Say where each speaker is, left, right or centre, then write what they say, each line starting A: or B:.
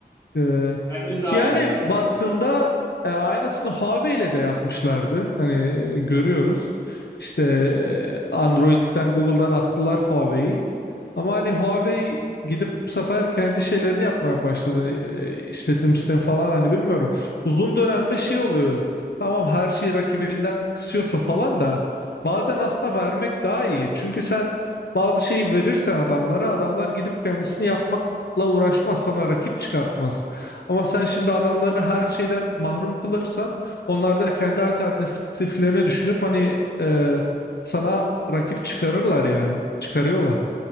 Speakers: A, on the left (about 75°); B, on the left (about 15°).
A: Ee,
B: hem de daha
A: ki yani
B: iyi gözüküyor.
A: baktığında e, aynısını Huawei ile de yapmışlardı. Hani e, görüyoruz. İşte e, Android'den Google'dan attılar Huawei'yi. Ama hani Huawei gidip bu sefer kendi şeylerini yapmaya başladı. E, işletim sistemi falan hani bilmiyorum. Uzun dönemde şey oluyor. Tamam her şeyi rakibinden kısıyorsun falan da bazen aslında vermek daha iyi. Çünkü sen bazı şeyi verirsen adamlara adamlar gidip kendisini yapmakla uğraşmaz sana rakip çıkartmaz. Ama sen şimdi adamları her şeyden mahrum kılırsan onlar da kendi alternatiflerini düşünüp hani e, sana rakip çıkarırlar yani çıkarıyorlar.